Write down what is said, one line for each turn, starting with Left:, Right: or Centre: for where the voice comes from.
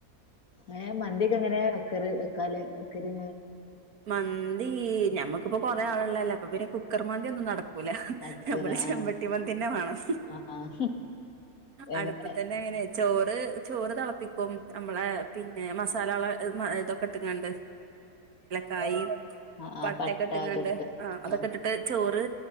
Left: ആഹ മന്തിയക്ക എങ്ങനെ എക്കറി എക്കാല് ഒക്കറി
Right: മന്തി നഞമ്മക്കിപ്പോൊ കൊറെേ ആളള്ളല്ലേ അപ്പൊ പിന്നെ കുക്കർ മന്തി ഒന്നും നടക്ക ൂല
Left: നടക്കൂല
Right: നമ്മൾ ചെ
Left: ആഹ്
Right: വെട്ടിപ്പന്തിന്നെ വേണം
Left: ആഹ് ആഹ് എങ്ങനെ
Right: അടുപ്പ തന്നെ അങ്ങനെ ചോറ് ചോറ് തിളപ്പിക്കും നമ്മള പിന്നെ മസാല ഇതൊക്കെ ഇണ്ട് കായ
Left: ആഹ് ആഹ്
Right: പട്ടൊക്കെ
Left: പട്ട
Right: ഇട്ടങ്ങാണ്ട്
Left: ഒക്കെ ഇട്ടിട്ട്
Right: ആ
Left: ആഹ്
Right: അതൊക്കെ ഇട്ടിട്ട് ചോറ്